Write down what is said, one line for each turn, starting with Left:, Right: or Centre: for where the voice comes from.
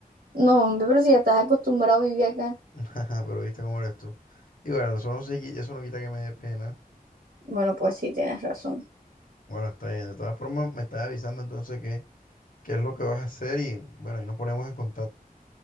Right: No, hombre, pero si ya estás acostumbrado a vivir acá.
Left: <laughs> Pero viste cómo eres tú. Y bueno, eso no, se eso no quita que me dé pena.
Right: Bueno, pues sí, tienes razón.
Left: Bueno, está bien. De todas formas, me estás avisando entonces qué, qué es lo que vas a hacer y bueno, ahí nos ponemos en contacto.